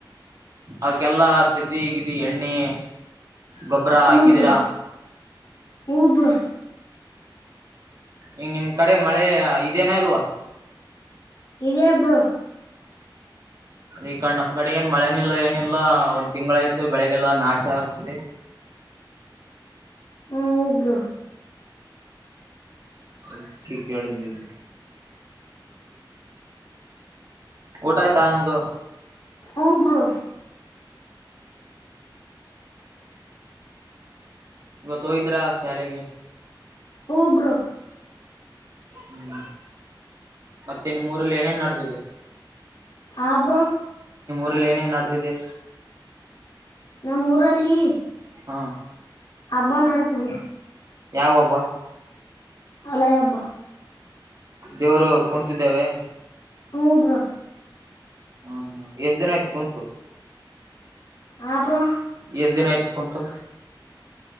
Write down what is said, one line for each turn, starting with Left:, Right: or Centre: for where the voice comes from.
Right: ಅದಕ್ಕೆಲ್ಲಾ ಸದ್ದಿ ಗಿದಿ ಎಣ್ಣೆ. ಗೊಬ್ಬರ
Left: ಹ್ಮ್
Right: ಹಾಕಿದೀರಾ
Left: ಬ್ರೋ ಹ್ಮ್ ಬ್ರೋ
Right: ಈಗ್ ನಿಮ್ ಕಡೆ ಮಳೆ ಇದೇನ ಇಲ್ವಾ.
Left: ಇದೆ ಬ್ರೋ
Right: ಅದೆ ಇಕಡ್ ನಮ್ ಕಡೆ ಏನ್ ಮಳೆನಿಲ್ಲ ಏನಿಲ್ಲ ಒಂದ್ ತಿಂಗಳ ಆಯ್ತು ಬೆಳೆಗ್ಗೆಲ್ಲ ನಾಶ ಆಗ್ತಿದೆ. <inaudible>
Left: ಹ್ಮ ಬ್ರೋ
Right: ಅದಿಕ್ಕೆ ಕೇಳಿದ್ದೀವಿ. ಊಟ ಆಯ್ತಾ ನಿಮ್ದು.
Left: ಹ್ಮ್ ಬ್ರೋ
Right: ಇವತ್ತ ಹೋಗಿದ್ರಾ ಶಾಲೆಗೆ.
Left: ಹ್ಮ್ ಬ್ರೊ
Right: ಹ್ಮ್ ಮತ್ತೆ ನಿಮ್ಮೂರಲ್ಲ ಏನೇನ್ ನಡದಿದೆ.
Left: ಹಾ ಬ್ರೋ
Right: ಊರಲ್ಲ ಏನೇನ್ ನಡದಿದೆ.
Left: ನಮ್ಮ ಊರಲ್ಲಿ.
Right: ಹಾ
Left: ಹಬ್ಬಾ ನಡದಿದೆ.
Right: ಯಾವ ಹಬ್ಬ.
Left: ಅಲೈ ಹಬ್ಬಾ
Right: ದೇವ್ರು ಕುಂತಿದ್ದವೇ
Left: ಹ್ಮ್ ಬ್ರೋ
Right: ಹ್ಮ್ ಹ್ಮ್ ಎಷ್ಟ್ ದಿನ ಆಯ್ತು ಕುಂತು.
Left: ಹ ಬ್ರೋ
Right: ಎಷ್ಟ ದಿನ ಆಯ್ತು ಕುಂತು.